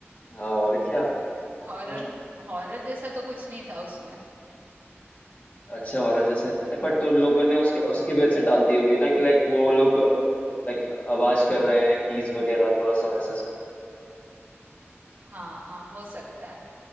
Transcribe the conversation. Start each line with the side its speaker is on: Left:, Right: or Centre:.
Left: हाँ और क्या
Right: हॉरर
Left: हम
Right: हॉरर जैसा तो कुछ नहीं था उसमें
Left: अच्छा हॉरर जैसा निकला, बट उन लोगों ने उसके उसकी वजह से डाल दी होगी ना कि लाइक वो लोग लाइक आवाज कर रहे हैं कीज वगैरह थोड़ा सा वैसा सीन।
Right: हाँ हाँ हो सकता है